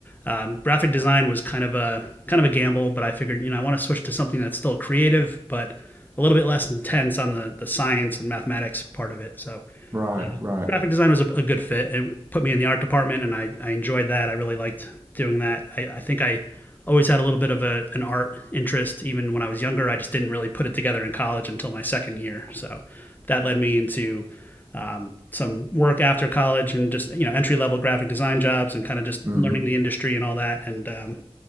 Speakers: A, on the left (about 20°); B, on the right (about 25°).
A: um, graphic design was kind of a kind of a gamble, but I figured you know I want to switch to something that's still creative, but a little bit less intense on the the science and mathematics part of it. So
B: Right, right.
A: graphic design was a, a good fit. It put me in the art department, and I, I enjoyed that. I really liked doing that. I, I think I always had a little bit of a, an art interest, even when I was younger. I just didn't really put it together in college until my second year. So that led me into um, some work after college and just you know entry level graphic design jobs and kind of just
B: hmm
A: learning the industry and all that. And um,